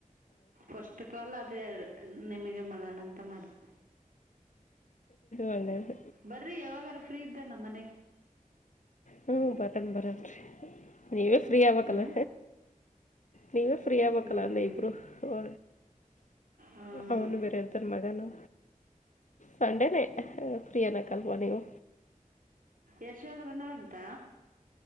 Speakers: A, on the right (about 80°); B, on the left (about 65°).
A: ಫಸ್ಟ್ ಕಾಲ್ ಅದೇ ನಿಮಗೆ ಮಾಡೋಣ ಅಂತ ಮಾಡ್ತ
B: ಒಳ್ಳೇದ್
A: ಬರ್ರಿ ಯಾವಾಗಾರ ಫ್ರೀ ಇದ್ದಾಗ ನಮ್ಮ್ ಮನೆಗೆ
B: ಹ್ಮ ಬರನ್ ಬರನ್ರಿ ನೀವೇ ಫ್ರೀ ಆಗ್ಬೇಕಕ್ಲ್
A: ಹ್ಞೂ
B: ನೀವೇ ಫ್ರೀ ಯಾ
A: ಹ್ಞೂ
B: ಬೇಕಲ್ಲ ಅಂದ ಇಬ್ರು ಅವ
A: ಹೌದು
B: ಅವನು ಬರ ರ್ ಮಗನು ಸಂಡೇನೇ ಫ್ರೀ ಅನಕ್ಲ್ವಾ ನೀವು
A: ಯಶೋದಾ ಬಂದಾಳಂತ